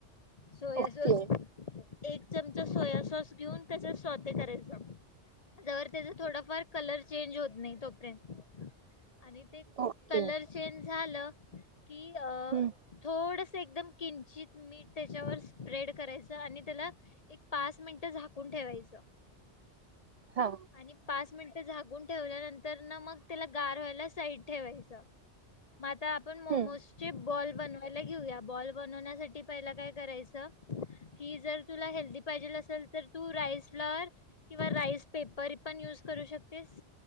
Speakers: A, on the left; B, on the right.
A: सोय
B: ओके
A: सॉस एक चमचा सोया सॉस घेऊन त्याच्या स्वते करायच त्यावर त्याचा थोड फार कलर चेंज होत नाही, तोपर्यंत. आणि ते
B: ओके
A: कलर चेंज झालं. कि
B: हं,
A: थोड एकदम किंचित मीठ त्याच्यावर स्प्रेड करायचं आणि त्याला एक पाच मिनट झाकून ठेवायचं.
B: हा.
A: आणि पाच मिनिट झाकून ठेवल्यानंतर ना मग त्याला गार व्हायला साईड ठेवायचं. म आता आपण मोमो
B: हं,
A: ब बनवायला घेऊया, बॉल बनवण्यासाठी पहिला, काय करायच, की जर तुला हेल्दी पाहिजे असेल तर तू रास फ्ल किंवा राईस पेपर पण युज करू शकतेस